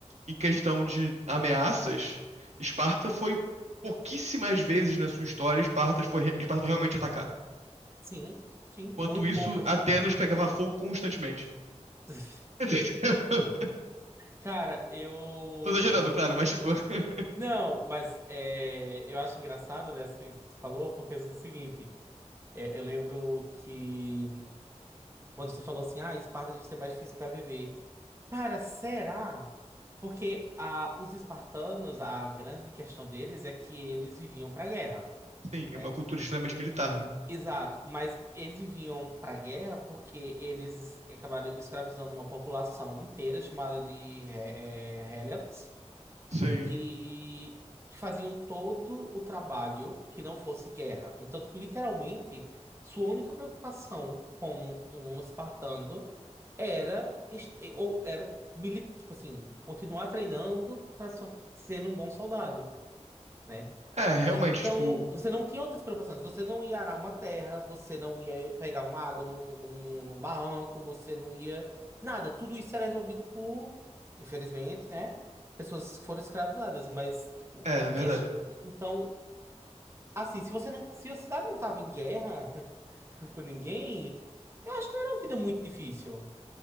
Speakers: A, on the right; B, on the right.
A: em questão de ameaças, Esparta foi pouquíssimas vezes na sua história, Esparta foi, Esparta foi realmente atacada.
B: Sim, sim,
A: Enquanto
B: muito
A: isso,
B: poucas.
A: Atenas pegava fogo constantemente.
B: <laughs>
A: <laughs>
B: Cara, eu,
A: Tô exagerando,
B: eu lembro.
A: claro, mas, tipo, <laughs>
B: Não, mas é, eu acho engraçado, né, isso que tu falou, porque é o seguinte, é, eu lembro que Quando você falou assim, ah, Esparta devia ser mais difícil para viver. Cara, será? Porque ah, os espartanos, a grande questão deles é que eles viviam para guerra,
A: sim, é
B: né?
A: uma cultura extremamente militar, né?
B: Exato, mas eles viviam para guerra porque eles acabaram escravizando uma população inteira chamada de He- eh, Helots
A: Sim.
B: que, que faziam todo o trabalho que não fosse guerra. Então, tipo, literalmente, sua única preocupação como um espartano era, este- ou era mili- tipo assim, continuar treinando para sendo um bom soldado. né?
A: É, realmente,
B: Então,
A: tipo,
B: você não tinha outras preocupações. Você não ia arar uma terra, você não ia pegar uma água num, num, num barranco, você não ia. Nada. Tudo isso era resolvido por, infelizmente, né? Pessoas que foram escravizadas. Mas, tipo,
A: é
B: em
A: verdade.
B: quest... Então, assim, se você não. Se a cidade não tava em guerra <laughs> com ninguém, eu acho que não era uma vida muito difícil.